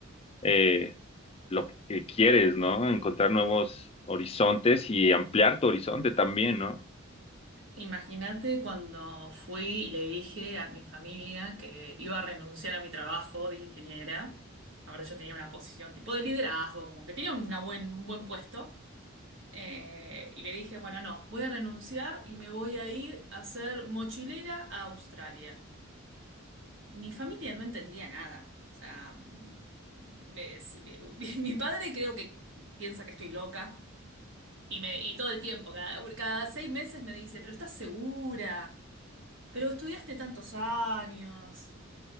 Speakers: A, on the left; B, on the right.
A: eh, lo que quieres, ¿no? Encontrar nuevos horizontes y ampliar tu horizonte también, ¿no?
B: Imagínate cuando fui y le dije a mi familia que iba a renunciar a mi trabajo de ingeniera. Ahora yo tenía una posición tipo de liderazgo, como que tenía una buen, un buen puesto. Eh, y le dije, bueno, no, voy a renunciar y me voy a ir a ser mochilera a Australia. Mi familia no entendía nada. O sea, mm, me- se- me- <laughs> mi padre creo que piensa que estoy loca. Y, me, y todo el tiempo, cada, cada seis meses me dice, pero estás segura, pero estudiaste tantos años,